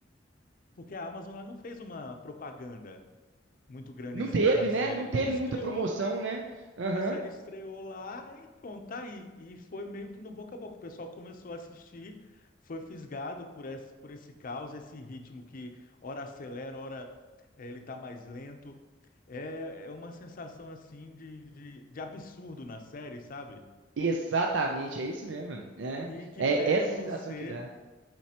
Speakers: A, on the left; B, on the right.
A: porque a Amazon ela não fez uma propaganda, muito grande
B: Não
A: em cima
B: teve,
A: da série.
B: né? Não teve
A: Ela estreou,
B: muita promoção, né? Aham.
A: a série estreou lá e pronto, tá aí. E foi meio que no boca a boca. O pessoal começou a assistir, foi fisgado por esse, por esse caos, esse ritmo que ora acelera, ora eh, ele tá mais lento. É, é uma sensação assim de, de, de absurdo na série, sabe?
B: Exatamente, é isso mesmo. É,
A: Que, que
B: é
A: pega
B: essa
A: você.
B: sensação que dá.